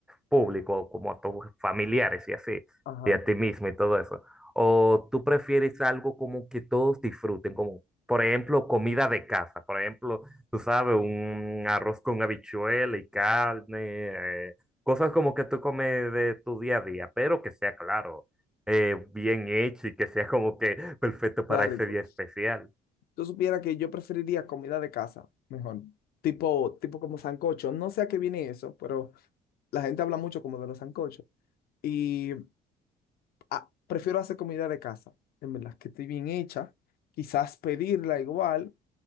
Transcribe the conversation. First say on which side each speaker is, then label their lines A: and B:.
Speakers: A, in the centre; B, on the left.
A: público, como a tus familiares y así,
B: Ajá.
A: y a ti mismo y todo eso? ¿O tú prefieres algo como que todos disfruten, como por ejemplo comida de casa? Por ejemplo, tú sabes, un arroz con habichuela y carne, eh, cosas como que tú comes de tu día a día, pero que sea claro, eh, bien hecho y que sea como que perfecto
B: Está
A: para
B: rico.
A: ese día especial.
B: Tú supieras que yo preferiría comida de casa, mejor. Tipo, tipo como sancocho. No sé a qué viene eso, pero la gente habla mucho como de los sancochos. Y ah, prefiero hacer comida de casa, en verdad, que esté bien hecha. Quizás pedirla igual,